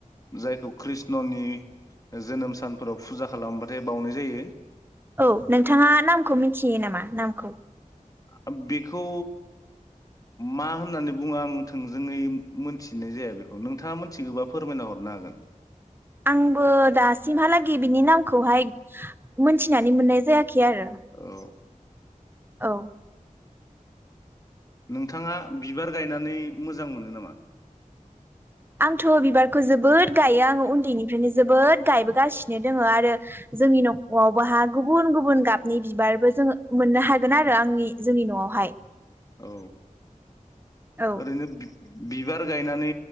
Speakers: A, on the left (about 25°); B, on the right (about 15°).
A: जायखौ कृष्णनि जोनोम सानफोराव फुजा खालामबाथाय बावनाय जायो ।
B: औ नोंथाङा नामखौ मिथियो नामा नामखौ
A: आ बेखौ मा होननानै बुङो आं थोंजोङै मो मोनथिनाय जाया बेखौ नोंथाङा मोनथिगौबा फोरमायना हरनो हागोन?
B: आंबो दासिमहालागै बिनि नामखौहाय मोनथिनानै मोननाय जायाखै आरो
A: औ
B: औ ।
A: नोंथाङा बिबार गायनानै मोजां मोनो नामा?
B: आंथ' बिबारखौ जोबोद गायो आङो उन्दैनिफ्रायनो जोबोद गायबोगासिनो दोङो आरो जोंनि न'आवबोहा गुबुन गुबुन गाबनि बिबारबो जोङो मोननो हागोन आरो आंनि जोंनि न'आवहाय ।
A: औ
B: औ
A: ओरैनो बि बिबार गायनानै